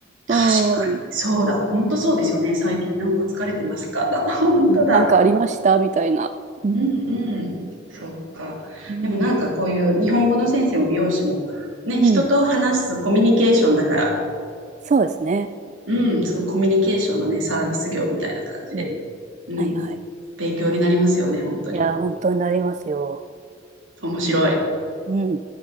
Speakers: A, on the right (about 85°); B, on the right (about 35°).
A: 確かに。
B: うん。うん、
A: そうだ。本当そうですよね。最近なんか疲れてますかだ。<laughs> 本当だ。
B: なんかありましたみたいな。うん。
A: うんうん。そっか。
B: うん。
A: でもなんかこういう日本語の先生も美容師も、ね、
B: うん
A: 人と話すコミュニケーションだから、
B: そうですね。
A: うん、そのコミュニケーションのね、サービス業みたいな感じで。
B: うん。
A: うん。
B: はいはい。
A: 勉強になりますよね、本当に。
B: いやー、本当になりますよ。
A: 面白い。
B: うん。